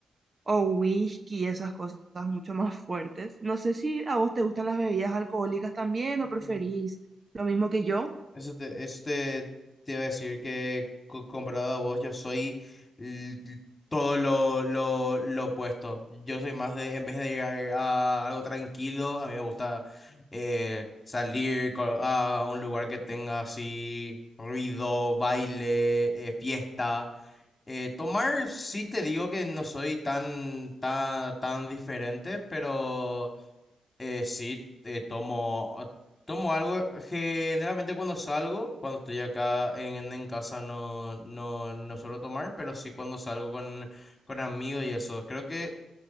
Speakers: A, on the right; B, on the left.
A: o whisky, esas cosas mucho más fuertes. No sé si a vos te gustan las bebidas alcohólicas también o
B: mm,
A: preferís lo mismo que yo.
B: Eso te, eso te, te iba a decir que co- comparado a vos, yo soy l- l- todo lo, lo, lo opuesto. Yo soy más de, en vez de ir a, a algo tranquilo, a mí me gusta eh, salir co- a un lugar que tenga así ruido, baile, eh, fiesta. Eh, tomar, sí te digo que no soy tan, tan, tan diferente, pero... Eh, sí, eh, tomo, tomo algo. Generalmente cuando salgo, cuando estoy acá en, en casa no, no, no suelo tomar, pero sí cuando salgo con, con amigos y eso. Creo que